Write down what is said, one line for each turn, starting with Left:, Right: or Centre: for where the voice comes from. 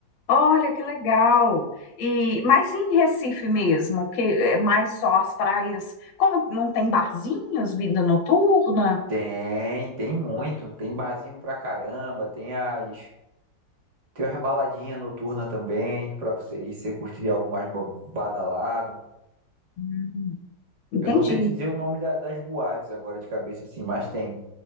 Left: Olha que legal. E mas em Recife mesmo, que é mais só as praias, como não tem barzinhos, vida noturna?
Right: Tem, tem muito. Tem barzinho pra caramba, tem as. Tem umas baladinhas noturnas também, pra você ir, se você curtir algo mais ba- badalado.
Left: Hum, entendi.
Right: Eu não sei te dizer o nome da- das boates agora de cabeça, assim, mas tem.